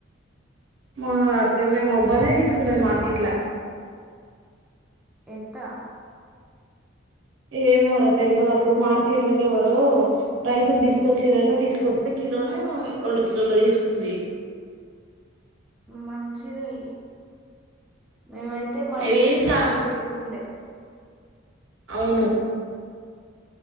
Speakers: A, on the right (about 70°); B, in the centre.
A: మా అక్కడనే మోబ్బానే తీసుకున్న మార్కెట్ల
B: ఎంత
A: ఏమోరా తెలివదు అప్పుడు మార్కెట్లకెవ్వరో రైతులు తీసుకొచ్చిరట తీసుకొత్తే కిలోన రెండు కిలోలో తీసుకుంది
B: మంచిదయి మేమైతే మా
A: అవి
B: ఇంటి ఎనక
A: చా
B: అప్పుడు చెట్టు ఉండే
A: అవును